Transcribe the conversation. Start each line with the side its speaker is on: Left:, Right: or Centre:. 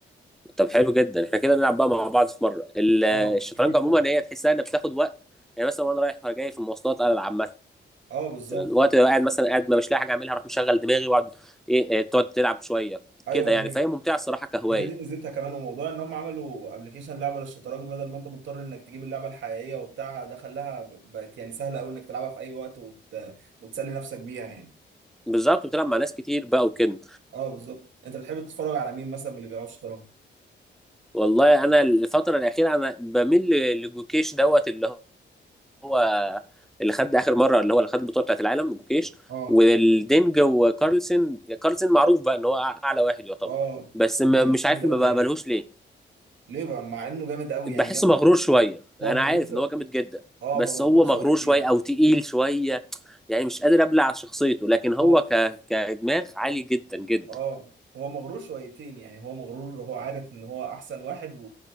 Centre: طب حلو جدا احنا كده نلعب بقى مع بعض في مره ال-
Right: اه
Centre: الشطرنج
Right: اكيد
Centre: عموما
Right: طبعا
Centre: هي تحسها انها بتاخد وقت يعني مثلا وانا رايح جاي في المواصلات العب
Right: اه بالظبط
Centre: مثلا وقت لو قاعد مثلا قاعد ما مش لاقي حاجه اعملها اروح مشغل دماغي واقعد ايه إيه، تقعد تلعب شويه
Right: ايوه
Centre: كده يعني
Right: هي
Centre: فهي ممتعه الصراحه كهوايه
Right: هي دي ميزتها كمان وموضوع ان هم عملوا ابلكيشن لعبه للشطرنج بدل ما انت مضطر انك تجيب اللعبه الحقيقيه وبتاع ده خلاها بقت يعني سهله قوي انك تلعبها في اي وقت وت... وتسلي نفسك بيها يعني
Centre: بالظبط بتلعب مع ناس كتير بقى وكده
Right: اه بالظبط انت بتحب تتفرج على مين مثلا من اللي بيلعبوا شطرنج
Centre: والله انا الفتره الاخيره انا بميل ل- لجوكيش دوت اللي هو اللي خد اخر مره اللي هو اللي خد البطوله بتاعت العالم جوكيش
Right: اه
Centre: والدينج وكارلسن كارلسن معروف بقى ان هو اعلى واحد يعتبر
Right: اه
Centre: بس
Right: كل
Centre: ما
Right: سنه
Centre: مش
Right: جامد
Centre: عارف ما
Right: قوي
Centre: بقبلهوش
Right: يعني
Centre: ليه
Right: ليه بقى مع انه جامد قوي
Centre: بحسه
Right: يعني جامد
Centre: مغرور شويه انا
Right: هو مغرور
Centre: عارف
Right: شويه
Centre: ان هو جامد جدا
Right: اه
Centre: بس
Right: هو مغرور
Centre: هو
Right: شويتين
Centre: مغرور شويه او تقيل شويه يعني مش قادر ابلع شخصيته لكن هو
Right: هو
Centre: ك... كدماغ عالي جدا جدا
Right: اه هو مغرور شويتين يعني هو مغرور هو عارف ان هو احسن واحد و...